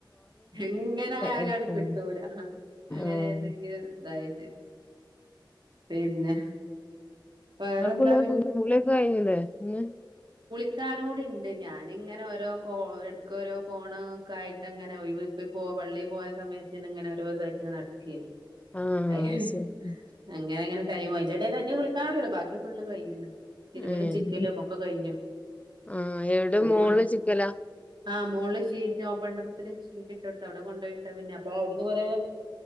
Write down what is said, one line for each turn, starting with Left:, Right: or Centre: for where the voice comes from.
Right: എങ്ങനെ ആയാലും
Left: ഇരിക്കണ്ടേ
Right: അട് കിട്ടൂല അങ്ങനെ
Left: ആഹ്
Right: ഏതെങ്കിലും ഇതായി പിന്നെ വേറെന്താ
Left: ങ്ങളെ കുളിക്ക കുളിയൊക്കെ കഴിഞ്ഞിലെ ഇന്ന്
Right: കുളിക്കാനൂടി ഇണ്ട് ഞാന് ഇങ്ങനെ ഓരോ കോ എടക്ക്‌ ഓരോ ഫോണൊക്ക ആയിട്ട് അങ്ങനെ ഒഴിവ് ഇപ്പ ഇപ്പ് പോ പള്ളിയിൽ പോയ സമയത്തിന് ഇങ്ങനെ ഓരോതായിട്ട് ഇങ്ങനെ നടക്കെനി
Left: ആഹ്
Right: അയിശെ
Left: അയ്ശരി
Right: അങ്ങനെ എങ്ങനെ കഴിഞ്ഞു പോയി അതിന്റെ എടല് എന്നെ വിളിക്കാണ്ട് കിടക്കും ബാക്കി ഫുള്ള് കഴിഞ്ഞൂ ഇരുമ്പലും
Left: ഏഹ്
Right: ചിക്കലും ഒക്കെ കഴിഞ്ഞു
Left: ആഹ് എവിടെ
Right: ഒളിമ
Left: മോള് ചിക്കലാ
Right: ആ മുകളില് ഷീ ഓപ്പൺ ടെറസില് ഷീറ്റ് ഇട്ടെടുട്ട അവിടെ കൊണ്ടോയിട്ട പിന്നെ അപ്പൊ അവിടുന്ന് കൊറേ